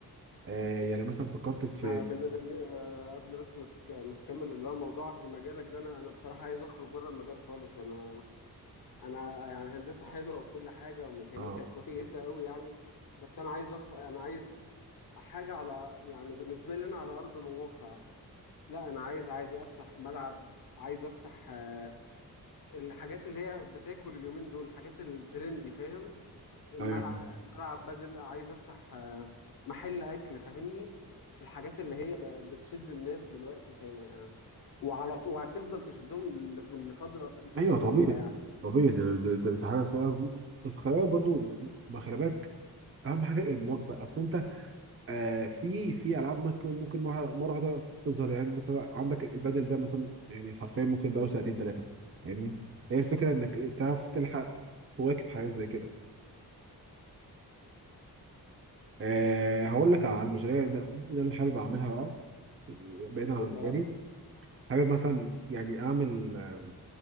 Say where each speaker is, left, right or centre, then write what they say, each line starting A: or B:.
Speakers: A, on the right; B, on the left.
A: آه يعني مثلا فكرت في
B: آه، بن... بن... آه، قبل بس ما تك... ما تكمل اللي هو موضوع في مجالك ده انا انا بصراحة عايز اخرج بره المجال خالص انا انا يعني هندسة حلوة وكل حاجة وميكانيكا
A: اه
B: <laughs> كويسة قوي يعني بس انا عايز أخ... انا عايز حاجة على يعني بالنسبة لي انا على ارض الواقع لا انا عايز عادي افتح ملعب عايز افتح آه، الحاجات اللي هي بتاكل اليومين دول الحاجات الترندي فاهم ملعب
A: ايوه
B: ملعب بدل عايز افتح آه، محل اكل فاهمني الحاجات اللي هي ب- بتشد الناس دلوقتي فاهم آه، وعلى طول وهتفضل تشدهم لف- لفتره لفتره
A: ايوه طبيعي
B: طويله يعني
A: طبيعي ده ده ده, ده حاجه صعبة. بس خلي بالك برضو ما خلي بالك اهم حاجه المواكبه اصل انت آه في في العاب ممكن ممكن مره مرة واحده تظهر يعني مثلا عندك البادل ده مثلا يعني حرفيا ممكن بقى سنتين ثلاثه فاهمني هي الفكره انك تعرف تلحق تواكب حاجات زي كده أه هقول لك على المشاريع اللي اللي انا حابب اعملها بقى بعيدا عن
B: قول
A: مجالي
B: اه
A: حابب مثلا يعني اعمل آه،